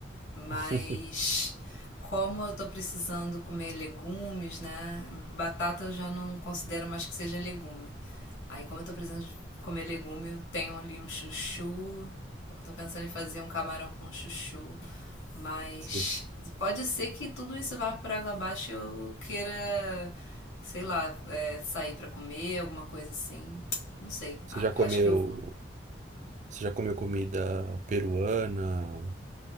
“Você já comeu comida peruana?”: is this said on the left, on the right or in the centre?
Right